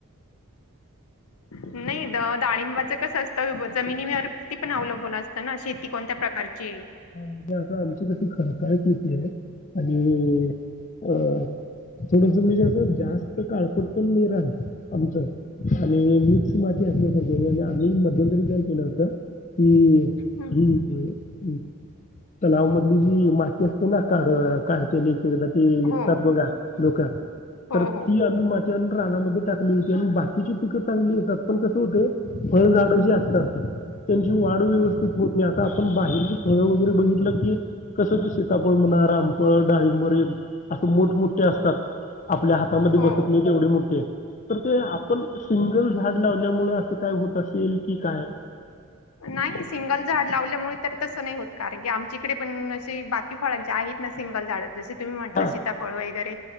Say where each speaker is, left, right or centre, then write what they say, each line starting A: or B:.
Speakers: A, on the left; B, on the left.
A: नाही द डाळिंबाचं कस असतं जमिनीवरती पण अवलंबून असतं ना शेती कोणत्या प्रकारची आहे.?
B: हा म्हणजे असं आमच्याकडे खडकाळ कितीे आहे आणि अ.. थोडस म्हजे जास्त काळपट पण नाही रान आमचं आणि माती असल्या <unintelligible> आम्ही मध्यंतरी काय केलं होतं? ती
A: हं.
B: ही दे हम्. तलाव मधली जी माती असते ना काढ काढतेली की एकेकदा ती विकतात
A: हो
B: बघा लोक
A: हो
B: तर ती
A: हो
B: आम्ही मा त्यानंतर रानामध्ये टाकली होती आणि बाकीची पिकं चांगली येतात. पण कसं होते फळझाडं जी असतात, त्यांची वाढ व्यवस्थित होत नाही आता आपण बाहेर फळं वगैरे बघितलं की कसं ते सीतापळ म्हणा, रामफळ, डाळिंबर एक असं मोठमोठे असतात. आपल्या हातामध्ये
A: हो
B: बसत नाही ते एवढे मोठे तर ते आपण सिंगल झाड लावल्यामुळे असं काय होत असेल की काय?
A: नाही सिंगल झाड लावल्यामुळे तर तसं नाही होत कारण की आमच्याकडे पण असे बाकी फळांचे आहेत ना सिंगल झाड. जसे तुम्ही म्हंटला
B: हा
A: सीताफळ वगैरे.